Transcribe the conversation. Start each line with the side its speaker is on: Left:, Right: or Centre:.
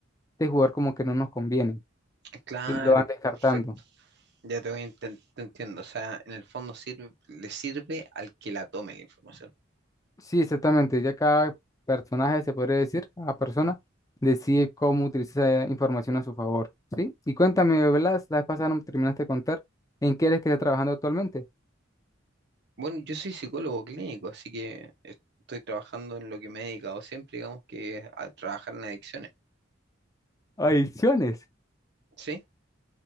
Left: este jugador como que no nos conviene
Right: claro,
Left: y lo van descartando.
Right: perfecto. Ya te voy, enten- te entiendo. O sea, en el fondo sirve, le sirve al que la tome la información.
Left: Sí, exactamente, ya cada personaje, se podría decir, cada persona decide cómo utilizar esa información a su favor, ¿sí? Y cuéntame, Blas, la vez pasada no me terminaste de contar en qué eres que estás trabajando actualmente.
Right: Bueno, yo soy psicólogo clínico, así que estoy trabajando en lo que me he dedicado siempre, digamos que es a trabajar en adicciones.
Left: Adiciones.
Right: ¿Sí?